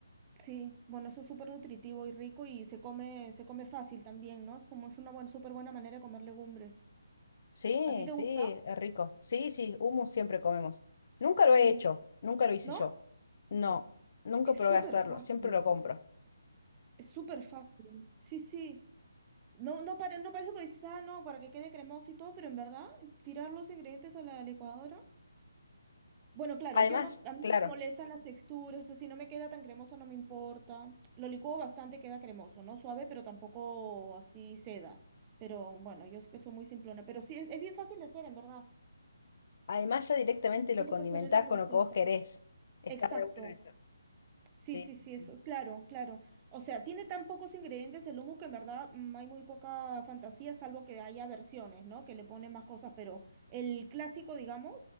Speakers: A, on the right (about 20°); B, on the left (about 45°).
A: Sí, bueno, eso es súper nutritivo y rico y se come, se come fácil también, ¿no? Como es una buena, súper buena manera de comer legumbres.
B: Sí,
A: ¿A ti te
B: sí,
A: gusta?
B: es rico. Sí, sí, hummus siempre comemos. Nunca
A: Sí.
B: lo he hecho, nunca lo hice
A: ¿No?
B: yo. No, nunca
A: Es
B: probé
A: súper
B: hacerlo,
A: fácil.
B: siempre lo compro.
A: Es súper fácil. Sí, sí. No, no, pare- no parece porque dices, ah, no, para que quede cremoso y todo, pero en verdad, tirar los ingredientes a la licuadora Bueno, claro,
B: Además,
A: yo no, a mí
B: claro,
A: no me molestan las texturas, o sea, si no me queda tan cremoso no me importa. Lo licuo bastante, queda cremoso, no suave, pero tampoco así seda. Pero bueno, yo es que soy muy simplona, pero sí, es, es bien fácil de hacer, en verdad.
B: además ya directamente lo
A: Ya te
B: condimentás
A: pasaré la receta.
B: con lo que vos querés. Está
A: Exacto.
B: re bueno eso.
A: Sí,
B: Sí,
A: sí, sí,
B: sí,
A: eso,
B: sí.
A: claro, claro. O sea, tiene tan pocos ingredientes el hummus que en verdad mm, hay muy poca fantasía, salvo que haya versiones, ¿no? Que le ponen más cosas, pero el clásico, digamos,